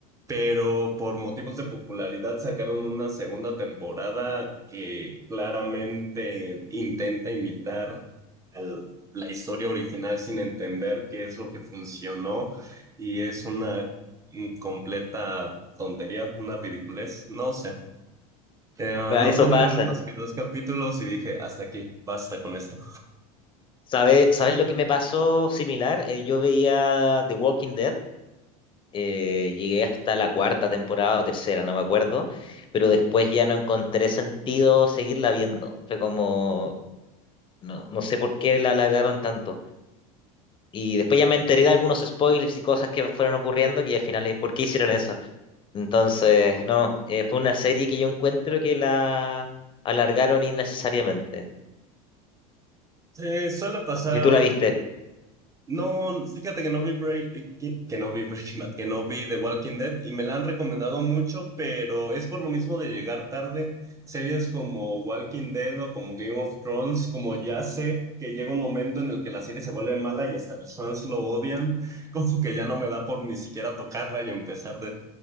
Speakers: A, on the right; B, on the left.
A: pero por motivos de popularidad sacaron una segunda temporada que claramente intenta imitar al- la historia original sin entender qué es lo que funcionó y es una mm, completa tontería, una ridiculez, no sé. Eh,
B: ah,
A: no
B: eso
A: pude
B: pasa.
A: ver más que dos capítulos y dije, hasta aquí, basta con esto.
B: ¿Sabes, sabes lo que me pasó similar? Eh, yo veía The Walking Dead. eh, llegué hasta la cuarta temporada o tercera, no me acuerdo, pero después ya no encontré sentido seguirla viendo. Fue como, no, no sé por qué la alargaron tanto. Y después ya me enteré de algunos spoilers y cosas que fueron ocurriendo, que al final es por qué hicieron eso. Entonces, no, eh, fue una serie que yo encuentro que la alargaron innecesariamente.
A: Eh, suele pasar
B: No sé Si tú la viste.
A: No, fíjate que no vi Break, eh, que no vi Breaking Bad, que no vi The Walking Dead y me la han recomendado mucho, pero es por lo mismo de llegar tarde. Series como Walking Dead o como Game of Thrones, como ya sé que llega un momento en el que la serie se vuelve mala y hasta los fans lo odian, <laughs> como que ya no me da por ni siquiera tocarla y empezar de...